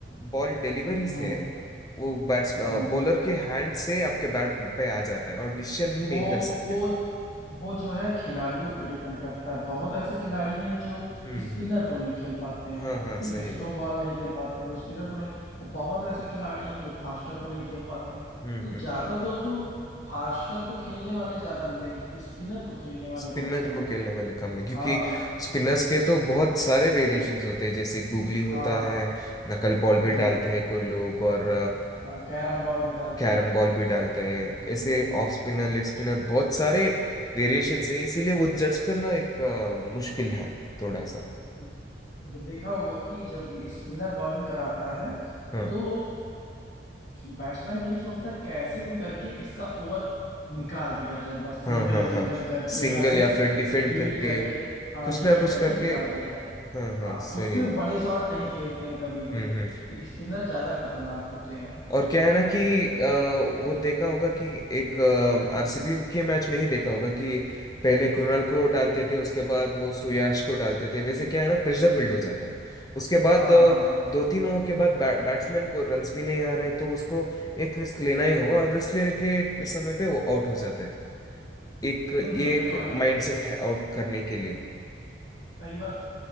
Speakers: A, on the left; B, on the left.
A: बॉल डिलीवरी से
B: हम्म
A: वो बैट्स
B: हम्म
A: बॉलर के हैंड से आपके बैट पे आ जाता है और डिसीजन ही
B: वो
A: नहीं कर सकते
B: वो वो जो है खिलाड़ियों पे डिपेंड करता है बहुत ऐसे खिलाड़ी हैं जो
A: हम्म
B: स्पिनर
A: हम्म
B: को नहीं खेल पाते हैं
A: हाँ हाँ
B: ठीक
A: सही
B: है स्लो
A: बात
B: बॉल नहीं खेल पाते वो स्पिनर को नहीं और बहुत ऐसे खिलाड़ी हैं जो फास्टर को नहीं खेल पाते हैं
A: हम्म
B: तो
A: हम्म
B: ज्यादातर
A: हम्म
B: तो फास्टर को खेलने वाले ज्यादा मिलेंगे स्पिनर को खेलने वाले
A: स्पिनर
B: बहुत कम
A: को
B: है
A: खेलने वाले कम है क्योंकि
B: हाँ
A: स्पिनर्स के तो बहुत सारे वेरिएशंस होते हैं जैसे गूगली
B: हाँ
A: होता है नकल बॉल
B: हम्म
A: भी डालते हैं कोई लोग और
B: हाँ कैरम बॉल भी डालते
A: कैरम
B: हैं
A: बॉल भी डालते हैं ऐसे
B: हम्म
A: ऑफ स्पिनर लेग स्पिनर बहुत सारे वेरिएशंस है इसीलिए वो जज करना एक अ, मुश्किल है थोड़ा सा
B: तो देखा होगा कि जब स्पिनर बॉलिंग कराता है
A: हाँ
B: तो बैट्समैन यही सोचता है कैसे भी करके इसका ओवर निकाल दिया जाए बस
A: हाँ
B: सिंगल
A: हाँ
B: सिंगल
A: हाँ
B: करके
A: सिंगल
B: या फिर
A: या फिर डिफेंड
B: बीट
A: करके
B: करके
A: कुछ
B: डिफेंड
A: ना कुछ
B: करके
A: करके
B: निकाल दिया जाए
A: हाँ हाँ
B: हाँ
A: सही
B: उस पे
A: बात
B: बड़े शॉट नहीं खेलते हैं कभी भी
A: हम्म
B: तो
A: हम्म।
B: स्पिनर ज्यादा खतरनाक होते हैं
A: और क्या है ना कि अ, वो देखा होगा कि एक आरसीबी के मैच में ही देखा होगा कि पहले कृणाल को डालते थे उसके बाद वो सुयाश को डालते थे वैसे क्या है ना प्रेशर बिल्ड हो जाता है उसके बाद
B: हाँ
A: अ,
B: हाँ हाँ
A: दो तीन ओवर के बाद बै, बैट्समैन को रन्स भी नहीं आ रहे तो उसको एक रिस्क लेना ही होगा और रिस्क लेने के समय पे वो आउट हो जाता है एक
B: हम्म
A: ये
B: हम्म ये
A: एक
B: तो है ही है
A: माइंडसेट है आउट करने के लिए
B: सही बात